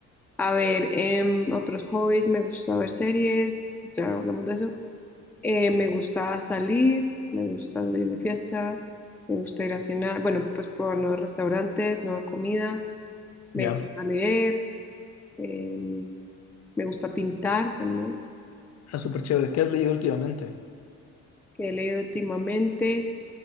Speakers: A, in the centre; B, on the left.
A: A ver, em, otros hobbies, me gusta ver series, ya hablamos de eso. Eh, me gusta salir, me gusta salir de fiesta, me gusta ir a cenar, bueno, pues probar nuevos restaurantes, nueva comida, me
B: Ya.
A: gusta leer, em, me gusta pintar también,
B: Ah, súper chévere. ¿Qué has leído últimamente?
A: que he leído últimamente.